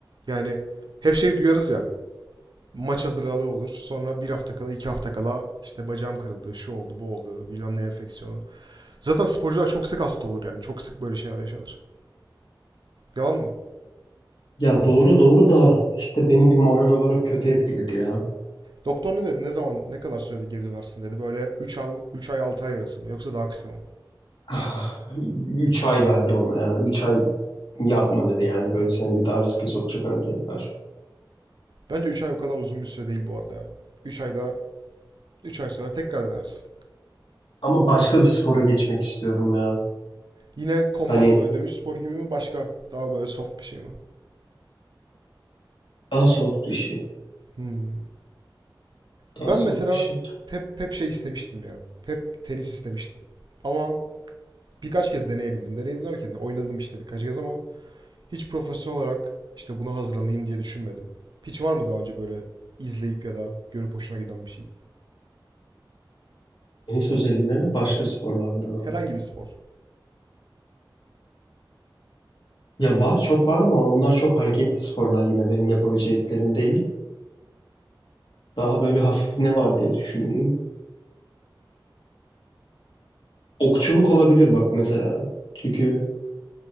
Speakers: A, on the right; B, on the left.
A: Yani hep şey duyarız ya. Maç hazırlığı olur. Sonra bir hafta kala, iki hafta kala işte bacağım kırıldı, şu oldu, bu oldu, bilmem ne enfeksiyonu. Zaten sporcular çok sık hasta olur yani. Çok sık böyle şeyler yaşanır. Yalan mı?
B: Ya doğru doğru da işte beni bir moral olarak kötü etkiledi ya. <sighs>
A: Doktor ne dedi? Ne zaman, ne kadar sürede geri dönersin dedi. Böyle 3 ay, 3 ay 6 ay arası mı? Yoksa daha kısa mı?
B: Ah, 3 ay verdi bana ya. üç ay yapma dedi yani böyle seni bir daha riske sokacak hareketler.
A: Bence 3 ay o kadar uzun bir süre değil bu arada ya. Üç ayda 3 ay sonra tekrar denersin.
B: Ama başka bir spora geçmek istiyorum ya.
A: Yine combat
B: Hani
A: böyle dövüş sporu gibi mi başka daha böyle soft bir şey mi?
B: daha soft bir şey.
A: Hmm. Ben
B: Daha soft
A: mesela
B: bir şey.
A: hep hep şey istemiştim ya. Hep tenis istemiştim. Ama birkaç kez deneyebildim. Deneyim derken de oynadım işte birkaç kez ama hiç profesyonel olarak işte buna hazırlanayım diye düşünmedim. Hiç var mı daha önce böyle izleyip ya da görüp hoşuna giden bir şey?
B: Tenis özelinde mi başka sporlardan ama?
A: Herhangi bir spor.
B: Ya var çok var ama onlar çok hareketli sporlar yine benim yapabileceklerim değil. Daha böyle hafif ne var diye düşüneyim. Okçuluk olabilir bak mesela. Çünkü